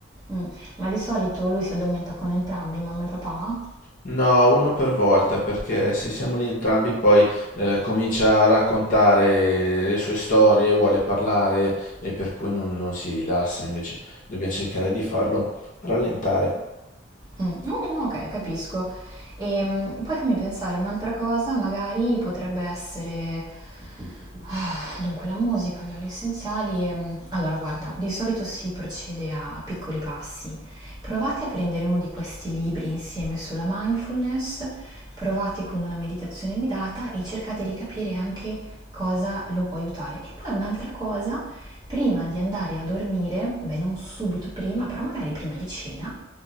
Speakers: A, on the right (about 20°); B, on the left (about 40°).
A: Mm, Ma di solito lui si addormenta con entrambi, mamma e papà?
B: No, uno per volta, perché se siamo lì entrambi, poi eh, comincia a raccontare le sue storie, vuole parlare e per cui non non si rilassa. Invece dobbiamo cercare di farlo rallentare.
A: Mm, oh, no, ok, capisco. E mm, poi fammi pensare, un'altra cosa magari potrebbe essere... ah, Dunque, la musica, gli oli essenziali. ehm, Allora, guarda, di solito si procede a piccoli passi. Provate a prendere uno di questi libri insieme sulla mindfulness, provate con una meditazione guidata e cercate di capire anche cosa lo può aiutare. E poi un'altra cosa, prima di andare a dormire, beh, non subito prima, però magari prima di cena